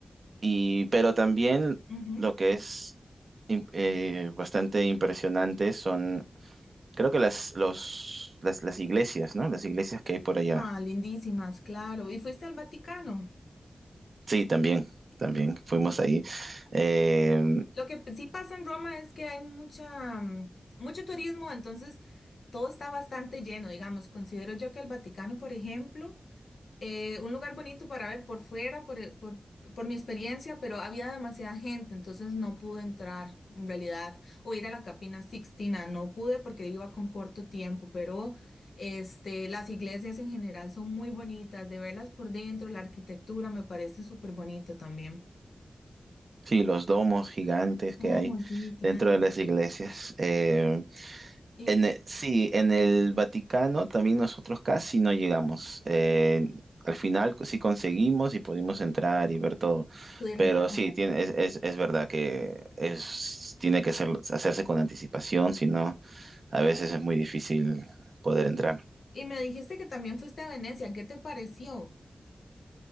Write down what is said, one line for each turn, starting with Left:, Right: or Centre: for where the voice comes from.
Right: Y, pero también
Left: ujú.
Right: lo que es im- eh, bastante impresionante son, creo que las, los, las, las iglesias, ¿no? Las iglesias que hay por allá.
Left: Ah, lindísimas, claro. ¿Y fuiste al Vaticano?
Right: Sí, también, también fuimos ahí. Eh,
Left: Lo que sí pasa en Roma es que hay mucha, mm, mucho turismo, entonces todo está bastante lleno, digamos. Considero yo que el Vaticano, por ejemplo, eh, un lugar bonito para ver por fuera, por, eh, por- por mi experiencia, pero había demasiada gente, entonces no pude entrar en realidad o ir a la Capina Sixtina, no pude porque iba con corto tiempo, pero este, las iglesias en general son muy bonitas, de verlas por dentro, la arquitectura me parece súper bonito también.
Right: sí, los domos gigantes que
Left: Oh,
Right: hay
Left: sí, claro.
Right: dentro de las iglesias. Eh,
Left: Y
Right: en e- sí, en el Vaticano también nosotros casi no llegamos. Eh, al final sí conseguimos y pudimos entrar y ver todo.
Left: pudieron
Right: Pero
Left: entrar,
Right: sí,
Left: ok.
Right: tiene, es, es, es verdad que es, tiene que ser- hacerse con anticipación, si no, a veces es muy difícil poder entrar.
Left: Y me dijiste que también fuiste a Venecia, ¿qué te pareció?